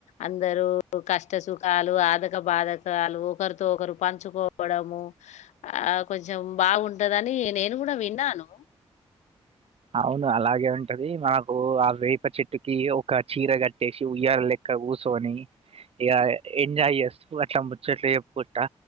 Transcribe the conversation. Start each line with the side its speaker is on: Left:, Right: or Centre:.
Left: అందరూ కష్ట సుఖాలు ఆదక బాదకాలు ఒకరితో ఒకరు పంచుకోవడము ఆ కొంచెం బాగుంటదని నేను గుడా విన్నాను
Right: అవును అలాగే ఉంటది మాకు ఆల్ వేప చెట్టుకి ఒక చీర కట్టేసి ఉయ్యాల లెక్క కూసొని ఇక ఎంజాయ్ చేస్తూ అట్లా ముచ్చట్లు చెప్పుకుంటా